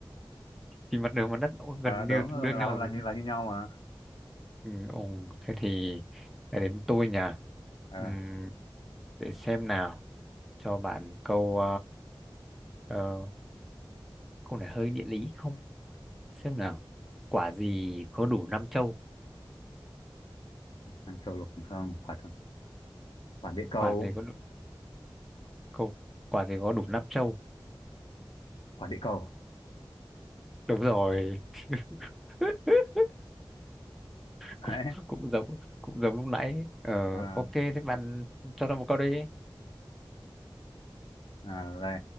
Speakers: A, in the centre; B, on the left.
A: thì mặt đường và đất nó gần
B: à, đúng
A: như tương
B: là,
A: đương
B: là
A: nhau
B: là
A: rồi.
B: như
A: đấy.
B: là như nhau mà
A: Ừ, ồ, thế thì lại đến tôi nhỉ.
B: à,
A: Ừm, để xem nào, cho bạn câu ờ, ờ, câu này hơi địa lý không? Xem nào. Quả gì có đủ năm châu?
B: ăn châu lục không quả quả địa cầu
A: Quả gì có đủ câu quả gì có đủ năm châu?
B: quả địa cầu
A: Đúng rồi. <laughs>
B: đấy
A: cũng cũng giống cũng giống lúc nãy ờ
B: à,
A: ok thế bạn cho tôi một câu đi
B: à, đây